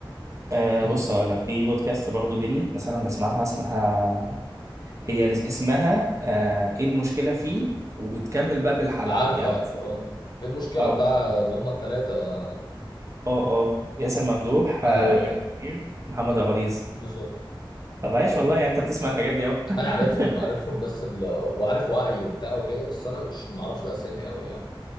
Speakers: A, on the right; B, on the left.
A: آه
B: امم
A: بص هقول لك في بودكاست برضه ديني مثلا بسمعها اسمها هي لس- اسمها آه ايه المشكلة فيه وبتكمل بقى بالحلقة
B: عارفه
A: يعني
B: عارفه اه إيه المشكله
A: اه
B: بتاع اللي هم الثلاثه
A: اه اه ياسر ممدوح آه،
B: ايوه
A: امير
B: ايوه
A: منير محمد
B: أمم.
A: غليظ
B: بالظبط
A: طب عايش والله يعني انت بتسمع الحاجات دي اهو
B: انا عارفهم
A: <laughs>
B: عارفهم بس ال... وعارف وعي وبتاع وكده بس انا مش معرفش الاسامي قوي يعني